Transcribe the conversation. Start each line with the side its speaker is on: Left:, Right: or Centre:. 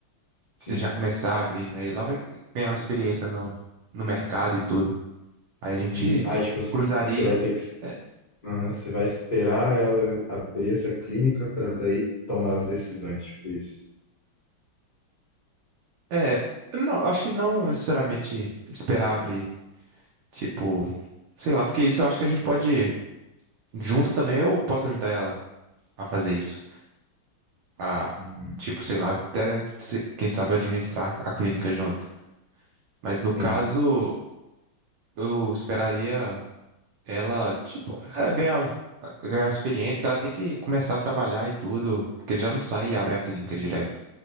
Left: sim.
Right: Você já começar abrindo, aí ela vai ganhar uma experiência no, no mercado e tudo. Aí a gente
Left: Uhum. Aí, tipo,
Right: cruzaria.
Left: você vai ter que
Right: É,
Left: Aham, Você vai esperar ela abrir essa clínica para daí tomar as decisões, tipo isso.
Right: é, não, acho que não necessariamente esperar abrir, tipo, sei lá, porque isso eu acho que a gente pode, junto também, eu posso ajudar ela a fazer isso. a,
Left: Uhum.
Right: tipo, sei lá, até se- quem sabe administrar a clínica junto. Mas no
Left: Sim,
Right: caso, eu esperaria ela, tipo, é, ganhar, ganhar experiência, porque ela tem que começar a trabalhar e tudo, porque ele já não sai e abre a clínica direto.